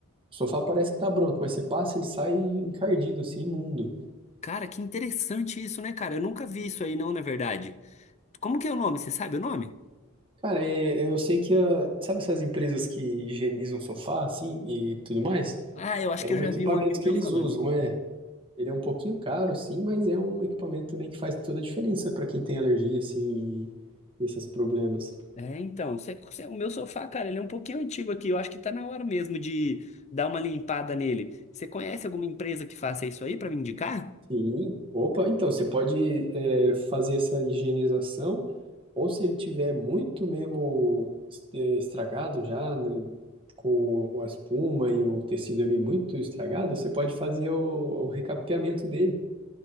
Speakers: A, on the right; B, on the left.
A: O sofá parece que tá branco, mas você passa, ele sai encardido, assim, imundo.
B: Cara, que interessante isso, né, cara? Eu nunca vi isso aí, não, na verdade. Como que é o nome? Você sabe o nome?
A: Cara, é- é, eu sei que... a- sabe essas empresas que higienizam sofá, assim, e tudo mais?
B: Ah, eu acho
A: É
B: que
A: um
B: eu já
A: equipamento
B: vi um amigo
A: que
B: meu
A: eles
B: falando.
A: usam, é. Ele é um pouquinho caro, sim, mas é um equipamento também que faz toda a diferença para quem tem alergia, assim, e esses problemas.
B: É, então, cê- cê- o meu sofá, cara, ele é um pouquinho antigo aqui. Eu acho que tá na hora mesmo de dar uma limpada nele. Você conhece alguma empresa que faça isso aí pra me indicar?
A: Sim, opa, então você pode é, fazer essa higienização, ou se ele tiver muito mesmo é, estragado já, né, com a espuma e o tecido ali muito estragado, você pode fazer o, o recapeamento dele.